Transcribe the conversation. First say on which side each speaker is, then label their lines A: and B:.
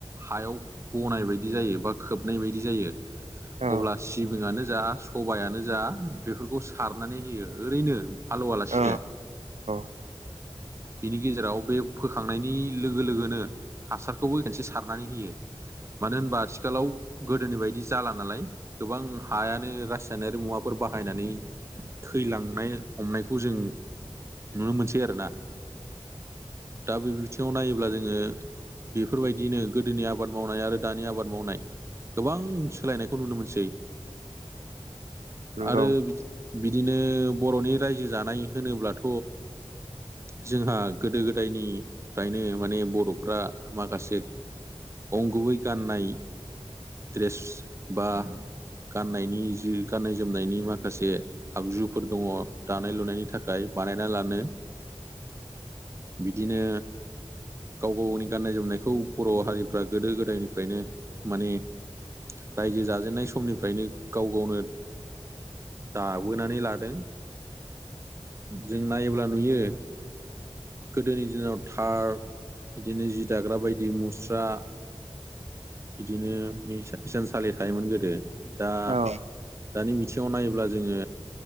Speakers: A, on the right; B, on the right.
A: हायाव बनाय बायदि जायो बा खोबनाय बायदि जायो
B: औ
A: अब्ला सिबिंनो जा, सबायानो जा बेफोरखौ सारनानै होयो ओरैनो हालौवालासिनो।
B: औ औ
A: बिनि गेजेराव बे फोखांनायनि लोगो लोगोनो हासारखौबो खेनसे सारनानै होयो। मानो होनबा आथिखालाव गोदोनि बायदि जाला नालाय गोबां हायानो रासि नारि मुवाफोर बाहायनानै थैलांनाय हमनायखौ जों नुनो मोनसै आरोना। दा बे बिथिङाव नायोब्ला जोङो बेफोरबायदिनो गोदोनि आबाद मावनाय आरो दानि आबाद मावनाय गोबां सोलायनायखौ नुनो मोनसै।
B: नंगौ
A: आरो
B: औ
A: बिद- बिदिनो बर'नि रायजो जानाय होनोब्लाथ' जोंहा गोदो गोदायनिफ्रायनो माने बर'फ्रा माखासे अंगुबै गाननाय द्रेस बा गाननायनि जि गाननाय जोमनायनि माखासे आगजुफोर दङ दानाय लुनायनि थाखाय बानायना लानो बिदिनो गाव गावनि गाननाय जोमनायखौ बर' हारिफ्रा गोदो गोदायनिफ्रायनो माने रायजो जाजेननाय समनिफ्रायनो गाव गावनो दाबोनानै लादों। जों नायोब्ला नुयो गोदोनि दिनाव थार बिदिनो जि दाग्रा बायदि मुस्रा बिदिनो इसानसालि थायोमोन गोदो। दा
B: औ
A: दानि बिथिङाव नायोब्ला जोङो